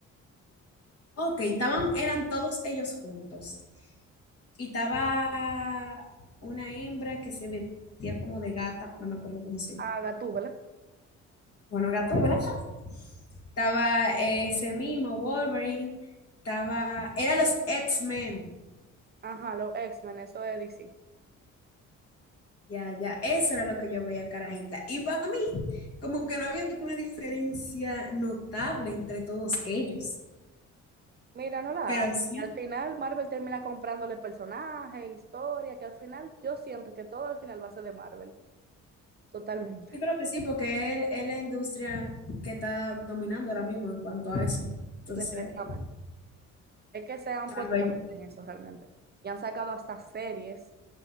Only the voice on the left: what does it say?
Ok, estaban, eran todos ellos juntos. Y estaba una hembra que se vestía como de gata, no me acuerdo cómo se llama.
Bueno, gato, ¿verdad? Estaba ese mismo Wolverine, estaba, eran los X-Men.
Ya, ya, eso era lo que yo veía, carajita. Y para mí, como que no había ninguna diferencia notable entre todos ellos.
Pero
sí,
yo creo que sí, porque es, es la industria que está dominando ahora mismo en cuanto a eso. Entonces,
tal
vez.